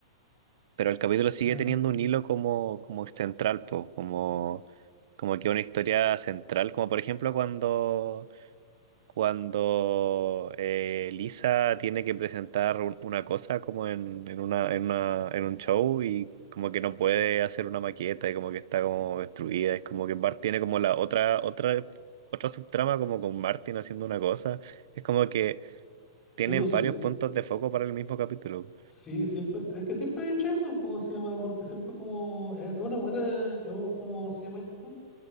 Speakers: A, on the right; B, on the left.
A: pero el capítulo sigue
B: Claro.
A: teniendo un hilo como, como central, pues, como, como que una historia central, como por ejemplo cuando cuando eh, Lisa tiene que presentar un- una cosa como en, en una, en una, en un show y como que no puede hacer una maqueta y como que está como destruida. Es como que Bart tiene como la otra, otra, otra subtrama como con Martin haciendo una cosa. Es como que
B: Sí,
A: tiene
B: pues
A: varios
B: sí.
A: puntos de foco para el mismo capítulo.
B: Sí, siempre. Es que siempre he hecho eso, ¿cómo se llama? Porque siempre como. Es es una buena. Es un- ¿cómo se llama esto?